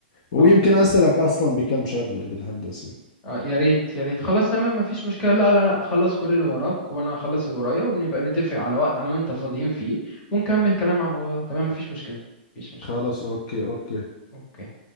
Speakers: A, on the left (about 45°); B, on the left (about 20°).
A: ويمكن
B: اه
A: أسألك أصلا بكم شغلة بالهندسة
B: اه يا ريت يا ريت خلاص تمام مفيش مشكلة لا لا لا خلاص كل اللي وراك وانا هخلص اللي ورايا ونبقى نتفق على وقت انا وانت فاضيين فيه ونكمل كلام عن الموضوع ده تمام مفيش مشكلة مفيش مشكلة
A: خلاص اوكي اوكي
B: اوكي